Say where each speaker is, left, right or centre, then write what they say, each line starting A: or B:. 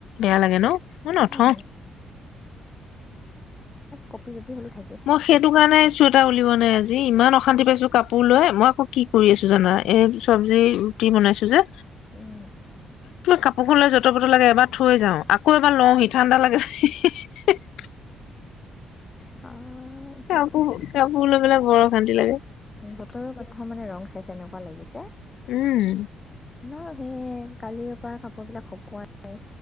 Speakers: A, on the left; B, on the left.
A: বেয়া লাগে ন, মই নথও।
B: উম, কপি জপি হলেও থা
A: মই সেইটো কাৰণে শ্বেতা ওলোৱা নাই আজি, ইমান অশান্তি পাইছোঁ কাপোৰ লৈ। মই আকৌ কি কৰি আছোঁ জানা, এই চবজি ৰুটি বনাইছোঁ যে
B: উম!
A: কাপোৰ বোৰলৈ যতৰ পটৰ লাগে এবাৰ থই জাও আকৌ এবাৰ লও হি ঠাণ্ডা লাগে <unintelligible>
B: অ হয় দিয়ক।
A: কাপোৰ কাপোৰ বোৰ লৈ বৰ অশান্তি লাগে।
B: বতৰৰ কথা মানে ৰং চাইছে এনেকুৱা লাগিছে।
A: উম
B: ন সেই কালিৰ পৰা কাপোৰবোৰ সুকুৱা নাই